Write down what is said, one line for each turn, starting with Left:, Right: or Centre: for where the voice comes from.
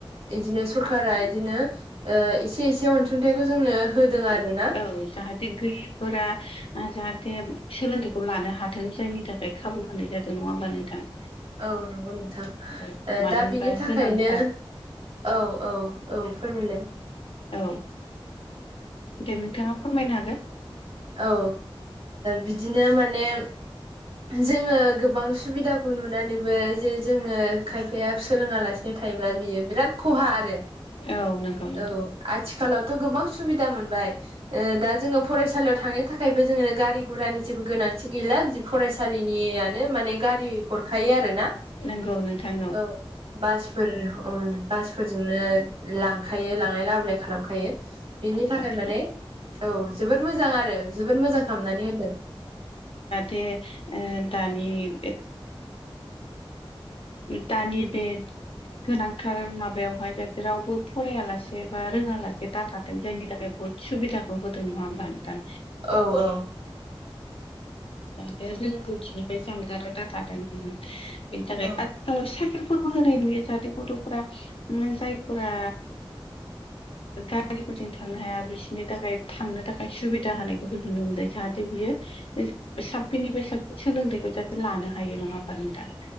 Right: बिदिनो सरखारारा बिदिनो एसे एसे अन सुंथाइखौ जोंनो होदों आरो ना
Left: औ जाहाथे गैयिफोरा जाहाथे सोलोंथाइखौ लानो हाथों जायनि थाखाय खाबु होनाय जादों नंङा होमबा नोंथां
Right: औ नंगौ नोंथां
Left: औ मानो
Right: दा
Left: होनबा
Right: बिनि थाखायनो
Left: गोनांथार
Right: औ औ औ फोरमायलाय
Left: औ दे नोंथांङा फोरमायनो हागोन
Right: औ बिदिनो माने जोंङो गोबां सुबिदाखौ नुनानैबो जे जोंङो खायफाया सोलोङालासिनो याव थायोब्ला बियो बिराद खहा आरो
Left: औ नंगौ नोंथां
Right: औ आथिखालावथ' गोबां सुबिदा मोनबाय दा जोंङो फराय फसालियाव थांनो थाखायबो जोंङो गारि गुरानि जेबो गोनांथि गैला जि फरायसालिनियानो माने गारि हर खायो आरो ना
Left: नंगौ नोंथां
Right: औ बास फोर बासफोरजोंनो लांखायो लांलाय लाबोलाय खालामखायो बिनि थाखाय
Left: आथिखाल
Right: माने औ जोबोद मोजां आरो जोबोद मोजां खालामनानै होदों
Left: बे दानि दानि बे गोनांथार माबायावहाय जाहाथे रावबो फरायालासे बा रोङांलासे दा थाथों जायनि थाखाय बहुद सुबिदाखौ होदों नंङा होमबा नोंथां
Right: औ औ
Left: बे रोंगौथिनिफ्राय जानगाराव दा थादों बेनि थाखाय
Right: औ
Left: साइकेलफोरबो होनाय नुयो जाहाथे गथ'फोरा जायफोरा गारिफोरजों थांनो हाया बिसोरनि थाखाय थांनो थाखाय सुबिदा होनायखौबो नुनो मोनदों जाहाथे बियो साबसिननिफ्राय साबसिन सोलोंथाइखौ जाहाथे लानो हायो नंङा होनबा नोंथां